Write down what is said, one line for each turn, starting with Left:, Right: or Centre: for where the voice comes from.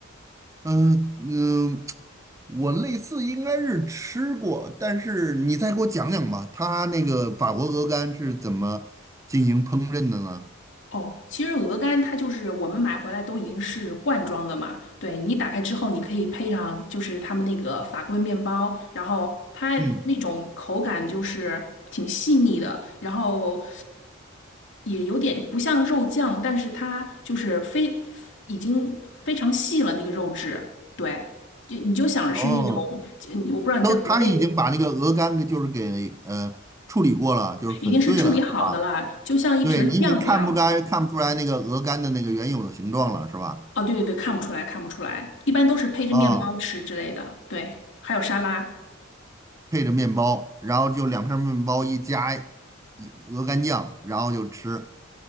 Right: 嗯嗯，我类似应该是吃过，但是你再给我讲讲吧，它那个法国鹅肝是怎么进行烹饪的呢？
Left: 哦，其实鹅肝它就是我们买回来都已经是罐装的嘛，对，你打开之后，你可以配上就是他们那个法棍面包，然后它那种口感就是挺细腻的，
Right: 嗯，
Left: 然后也有点不像肉酱，但是它就是非已经非常细了那个肉质，对，就你就想是那种，
Right: 哦，
Left: 就我不知道你在国内
Right: 都他已经把那个鹅肝给就是给呃处理过了，就是粉碎了，
Left: 已经是处理好的了，
Right: 是吧？
Left: 就像一瓶儿酱一样。
Right: 对，你已经看不该看不出来那个鹅肝的那个原有的形状了，是吧？
Left: 哦，对对对，看不出来，看不出来，一般都是配着面包吃之类的。
Right: 啊，
Left: 对，还有沙拉。
Right: 配着面包，然后就两片面包一加一鹅肝酱，然后就吃。